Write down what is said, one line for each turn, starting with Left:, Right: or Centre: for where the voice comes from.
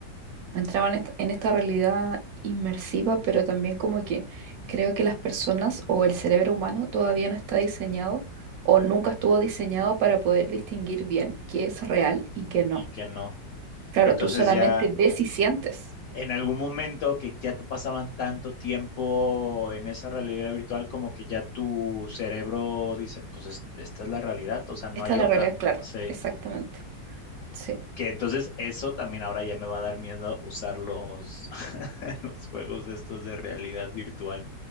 Right: entraba en esta, en esta realidad inmersiva, pero también como que creo que las personas o el cerebro humano todavía no está diseñado o nunca estuvo diseñado para poder distinguir bien qué es real y qué
Left: y
Right: no.
Left: que no.
Right: Claro,
Left: Entonces
Right: tú solamente
Left: ya,
Right: ves y sientes.
Left: en algún momento que ya te pasaban tanto tiempo en esa realidad virtual, como que ya tu cerebro dice, pues es- esta es la realidad, o sea, no
Right: Esta
Left: hay
Right: es
Left: otra.
Right: la realidad, claro,
Left: Sí.
Right: exactamente. Sí.
Left: Que entonces eso también ahora ya me va a dar miedo usar los, <laughs> los juegos estos de realidad virtual,